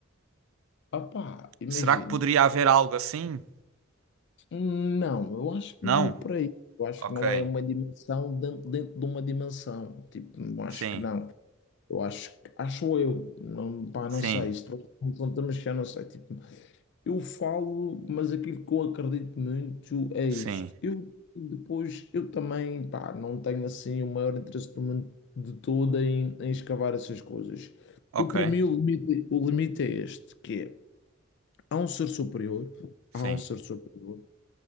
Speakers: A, on the left (about 60°); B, on the right (about 85°).
A: Ah, pá, imagina,
B: Será que poderia haver algo assim?
A: não, eu acho que
B: Não?
A: não é por aí, eu acho
B: Ok.
A: que não é uma dimensão dentro, dentro de uma dimensão, tipo, eu acho
B: Sim,
A: que não. Eu acho, que- acho eu, não, pá,
B: sim,
A: não sei, se tu me perguntas, eu não sei, tipo. Eu falo, mas aquilo que eu acredito muito é isto.
B: sim.
A: Eu depois, eu também, pá, não tenho assim o maior interesse do mundo de todo em, em escavar essas coisas.
B: Ok,
A: Eu, para mim, o limite, o limite é este, que é, há um ser superior, há
B: sim.
A: um ser superior